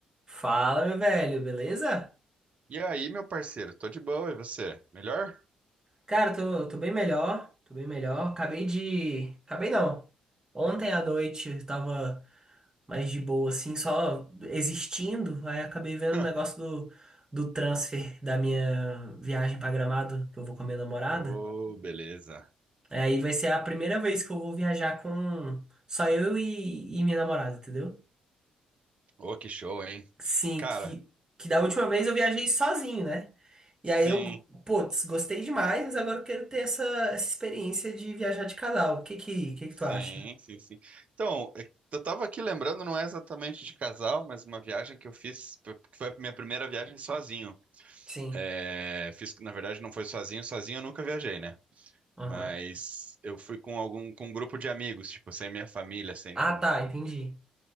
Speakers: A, on the right (about 20°); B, on the right (about 40°).
A: Fala, meu velho, beleza?
B: E aí, meu parceiro? Tô de boa, e você? Melhor?
A: Cara, tô, tô bem melhor, tô bem melhor. Acabei de. Acabei não. Ontem à noite eu tava mais de boa, assim, só existindo. Aí acabei vendo
B: <laughs>
A: o negócio do, do transfer da minha viagem pra Gramado, que eu vou com a minha namorada.
B: Ô, beleza.
A: É, Aí vai ser a primeira vez que eu vou viajar com só eu e, e minha namorada, entendeu?
B: Ô, que show, hein?
A: Sim,
B: Cara,
A: que, que da última vez eu viajei sozinho, né? E
B: sim,
A: aí eu, putz, gostei demais, mas agora eu quero ter essa, essa experiência de viajar de casal. O que que, que
B: sim,
A: que tu acha?
B: sim, sim. Então, é, eu tava aqui lembrando, não é exatamente de casal, mas uma viagem que eu fiz, que foi a minha primeira viagem sozinho.
A: Sim.
B: É, fiz, na verdade, não foi sozinho, sozinho eu nunca viajei, né?
A: Aham.
B: Mas eu fui com algum, com um grupo de amigos, tipo, sem minha família, sem
A: Ah,
B: nem,
A: tá, entendi.